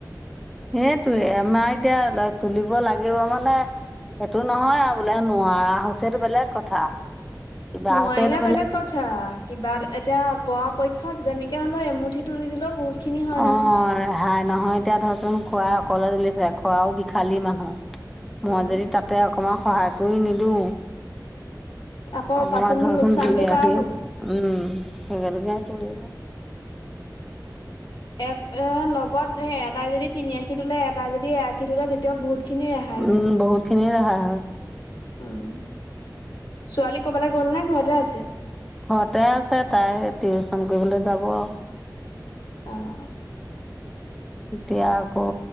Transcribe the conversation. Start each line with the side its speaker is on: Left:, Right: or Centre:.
Centre: সেইটোয়ে আমাৰ এতিয়া তুলিব লাগিব মানে সেইটো নহয় আৰু বোলে নোৱাৰা হৈছে সেইটো বেলেগ কথা। কিবা
Left: নোৱাৰিলে
Centre: হৈছে সেইটো
Left: বেলেগ কথা। কিবা এ এতিয়া পৰাপক্ষত যেনেকে হলেও এমুঠি তুলি দিলেও বহুত। খিনি হয়
Centre: অ
Left: নহয়।
Centre: ৰেহাই নহয় এতিয়া ধৰচোন খুৰাই অকলে তুলিছে। খুৰাও বিশালী মানুহ
Left: অ'
Centre: মই যদি তাতে অকমান সহায় কৰি নিদো
Left: আকৌ
Centre: অকমান
Left: পাছতনো
Centre: ধৰচোন
Left: লোকচানটো
Centre: দুই এয়াখি
Left: কাৰ হ'ব?
Centre: উম সেকেটোকে তুলিব।
Left: এক এ লগত এ এটাই যদি তিনি আশী তোলে, এটাই যদি এ আশী তোলে তেতিয়াও বহুত খিনি ৰেহা
Centre: উম বহুতখিনি ৰেহাই হয়।
Left: উম ছোৱালী কবালে গ'ল নে ঘৰতে আছে?
Centre: ঘৰতে আছে তাই টিউচন কৰিবলে যাব আও
Left: অ'
Centre: এতিয়া আকৌ